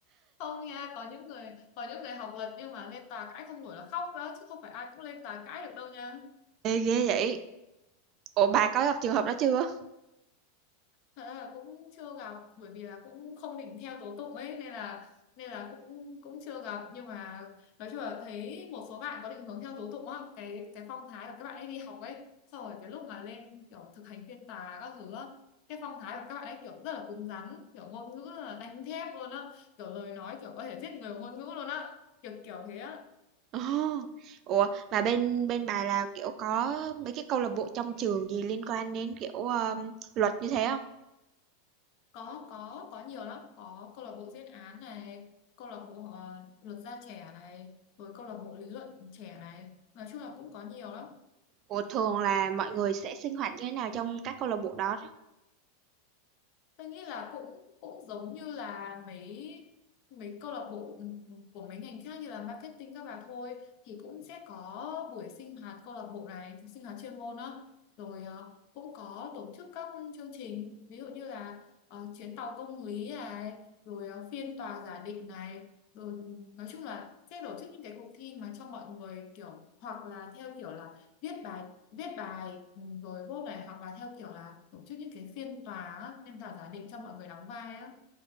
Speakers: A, on the left; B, on the right.
A: không nha có những người có những người học lệch nhưng mà lên tòa cãi không nổi là khóc đó chứ không phải ai cũng lên tòa cãi được đâu nha
B: Ê, ghê vậy. Ủa bà có gặp trường hợp đó chưa?
A: thật ra là cũng chưa gặp bởi vì là cũng không định theo tố tụng ấy nên là nên là cũng cũng chưa gặp nhưng mà nói chung là thấy một số bạn có định hướng theo tố tụng á cái cái phong thái của các bạn ấy đi học ấy xong rồi cái lúc mà lên kiểu thực hành phiên tòa các thứ á cái phong thái của các bạn ấy kiểu rất là cứng rắn kiểu ngôn ngữ là đánh thép luôn á kiểu lời nói kiểu có thể giết người bằng ngôn ngữ luôn á kiểu kiểu thế á
B: Ồ, Ủa mà bên bên bà là kiểu có mấy cái câu lạc bộ trong trường gì liên quan đến kiểu um, luật như thế không?
A: có có có nhiều lắm có câu lạc bộ diễn án này câu lạc bộ ờ, luật gia trẻ này rồi câu lạc bộ lý luận trẻ này nói chung là cũng có nhiều lắm
B: Ủa thường là mọi người sẽ sinh hoạt như thế nào trong các câu lạc bộ đó?
A: Tôi nghĩ là cũng cũng giống như là mấy mấy câu lạc bộ ừ, ừ, của mấy ngành khác như là marketing các bà thôi thì cũng sẽ có buổi sinh hoạt câu lạc bộ này, sinh hoạt chuyên môn đó. Rồi ờ, cũng có tổ chức các chương trình ví dụ như là ờ, chuyến tàu công lý này, rồi ờ, phiên tòa giả định này, rồi ừ, nói chung là sẽ tổ chức những cái cuộc thi mà cho mọi người kiểu hoặc là theo kiểu là viết bài viết bài ừ, rồi vote này hoặc là theo kiểu là tổ chức những cái phiên tòa á, phiên tòa giả định cho mọi người đóng vai á